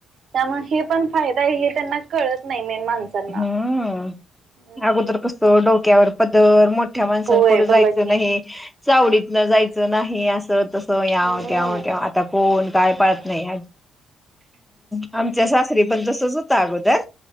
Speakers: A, on the right; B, in the centre.
A: त्यामुळे हे पण फायदा आहे हे त्यांना कळत नाही. मेन माणसांना.
B: हम्म
A: हम्म
B: अगोदर कस डोक्यावर पदर. तर वर मोठ. मोठ्या माणसान
A: होय
B: पुढ
A: बघा
B: जायचं
A: की
B: नाही. चावडीतन जायचं नाही असं. तस याव
A: हम्म
B: कॅव-कॅव आता कोण काय पाळात नाही आमच्या सासू. तरी पण तसच होत अगोदर.